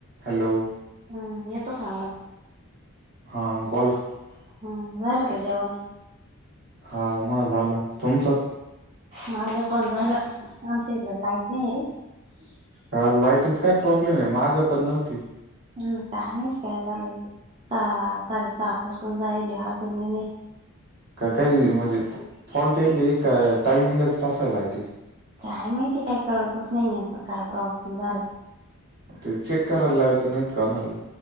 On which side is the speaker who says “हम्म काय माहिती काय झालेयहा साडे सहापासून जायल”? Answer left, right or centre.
Right